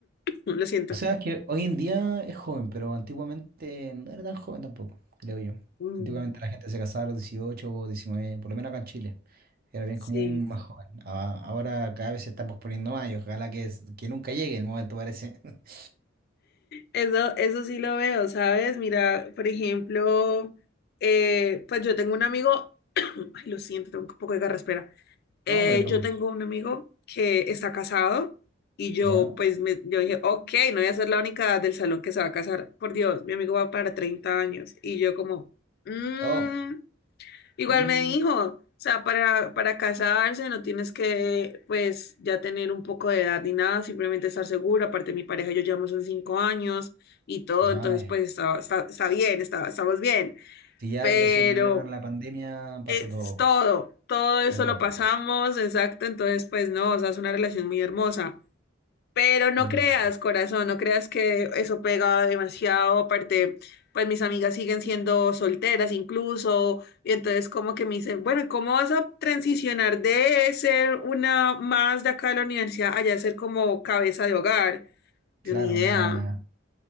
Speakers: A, on the left (about 55°); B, on the right (about 50°).
A: Lo siento.
B: O sea, es que hoy en día es joven, pero antiguamente no era tan joven tampoco, creo yo.
A: Mm,
B: Antiguamente la gente se casaba a los 18 o 19 por lo menos acá en Chile. Era bien
A: sí,
B: común más joven. A- Ahora cada vez se está posponiendo más y ojalá que, es- que nunca llegue el momento, parece. <laughs>
A: eso, eso sí lo veo, ¿sabes? Mira, por ejemplo, eh, pues yo tengo un amigo, <coughs> <clears throat> ay, lo siento, tengo un poco de garraspera. Eh,
B: No, no te preocupes.
A: yo tengo un amigo que está casado y yo
B: ¿Ya?
A: pues me, yo dije, ok, no voy a ser la única del salón que se va a casar. Por Dios, mi amigo va para 30 años. Y yo como, "Mm".
B: Oh,
A: igual
B: mm,
A: me dijo, o sea, para, para casarse no tienes que pues ya tener un poco de edad ni nada, simplemente estar segura. Aparte mi pareja y yo llevamos en 5 años y todo,
B: ah,
A: entonces
B: ya.
A: pues está, está, está bien, está, estamos bien.
B: Si ya,
A: Pero...
B: ya sobrevivieron a la pandemia, pasa
A: Es
B: todo.
A: todo, todo eso
B: Todo.
A: lo pasamos,
B: ¿no?
A: exacto, entonces pues no, o sea, es una relación muy hermosa, pero no
B: Ya,
A: creas,
B: ya.
A: corazón, no creas que eso pega demasiado, aparte, pues mis amigas siguen siendo solteras incluso, y entonces como que me dicen, bueno, ¿y ¿cómo vas a transicionar de ser una más de acá de la universidad allá a ser como cabeza de hogar?
B: Claro,
A: Yo ni idea.
B: una,